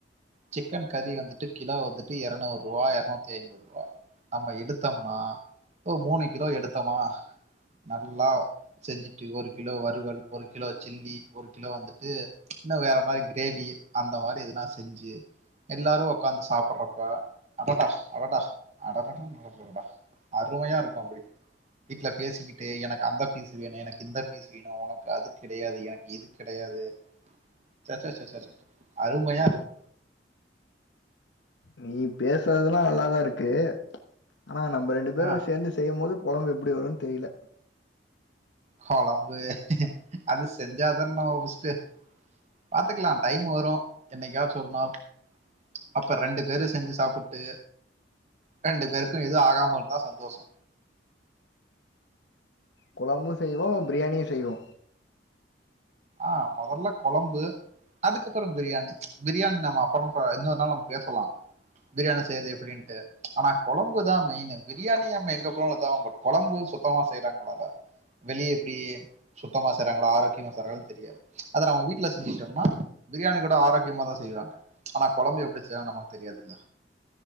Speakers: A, on the right; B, on the left.
A: சிக்கன் கறி வந்துட்டு கிலோ வந்துட்டு எரநூரூவா எரநூத்தி ஐம்பது ரூபா நம்ம எடுத்தோம்னா ஒரு மூணு கிலோ எடுத்தோமா நல்லா செஞ்சுட்டு ஒரு கிலோ வறுவல் ஒரு கிலோ சில்லி ஒரு கிலோ வந்துட்டு இன்னு வேற மாரி கிரேவி அந்த மாரி எதுனா செஞ்சு எல்லாரு ஒக்காந்து சாப்ட்றப்ப அடடா அடடா அடட்டட்டாடா அருமையா இருக்கு அப்டி வீட்ல பேசிக்கிட்டு எனக்கு அந்த பீஸ் வேணு எனக்கு இந்த பீஸ் வீணு ஒனக்கு அது கிடையாது எனக்கு இது கிடையாது ச்ச ச்ச ச்ச ச அருமையா இருக்கு
B: நீ பேசுறதுல்லா நல்லாதா இருக்கு ஆனா நம்ம ரெண்டு பேரு
A: ஆ
B: சேந்து செய்யும் போது கொழம்பு எப்டி வருனு தெரில
A: கொழம்பு அது செஞ்சாதான நம்ம பஸ்ட் பாத்துக்கலா டைம் வரு என்னைக்காச்சு ஒரு நாள் அப்ப ரெண்டு பேரு செஞ்சு சாப்புட்டு ரெண்டு பேருக்கு எது ஆகாம இருந்தா சந்தோஷோ
B: கொழம்பு செய்வோ பிரியாணியும் செய்வோ
A: ஆ முதல்ல கொழம்பு அதுக்கப்புரோ பிரியாணி பிரியாணி நம்ம அப்புறமா இன்னொரு நாள் நம்ம பேசலா பிரியாணி செய்யறது எப்டின்னுட்டு ஆனா கொழம்பு தா மெயின்னு பிரியாணி நம்ம எங்க <unintelligible> கொழம்பு சுத்தமா செய்ய றாங்கள அத வெளிய எப்டி சுத்தமா செய்றாங்களா ஆரோக்கியமா செய்றாங் தெரியாது அத நம்ம வீட்ல செஞ்சுட்டோம்னா பிரியாணி கூட ஆரோக்கியமா தா செய்வாங்க ஆனா கொழம்பு எப்டி செய்வாங்கனு நமக்கு தெரியாதுல